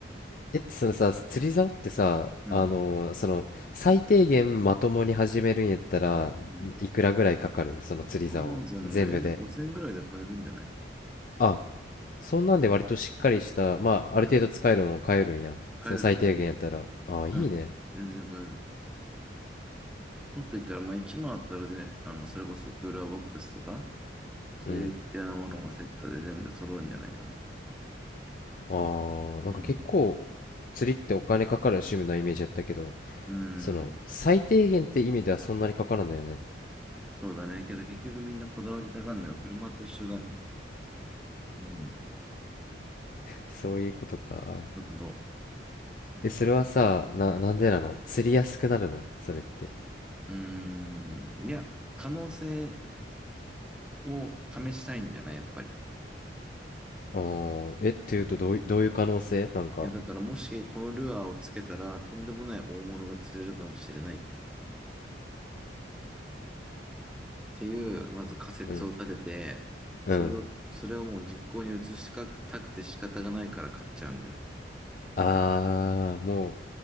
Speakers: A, on the left; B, in the centre.
A: えそのさ釣り竿ってさあのーその最低限まともに始めるんやったらいくらぐらいかかるその釣り竿全部で
B: うん。うん。アマゾンで、え、5000円ぐらいで買えるんじゃない
A: あそんなんで割としっかりしたまあある程度使えるのを買えるんやその最低限やったらあいいね
B: うん。買える買える。うん。全然買える。もっと言ったら、まあ、1万あったらぜ、あの、それこそクーラーボックスとか、そういう系のものもセットで全部揃うんじゃないかな。
A: うんああ、なんか結構釣りってお金かかる趣味のイメージやったけど
B: うん。うん。
A: その最低限って意味ではそんなにかからんのよね
B: そうだね。けど結局みんなこだわりたがるのよ。車と一緒だね。うん。
A: そういうことか
B: そういうこと。
A: えそれはさな、
B: うん。
A: なんでなの釣りやすくなるのそれって
B: うーん。いや、可能性を試したいんだな、やっぱり。
A: あーえっていうとどうい、
B: うん
A: どういう可能性なんか
B: いや、だからもしこのルアーをつけたら、とんでもない大物が釣れるかもしれないっていう、まず仮説を立てて、
A: うん
B: それを、
A: うん
B: それをもう実行に移したくて仕方がないから買っちゃうんだよね。
A: あーもう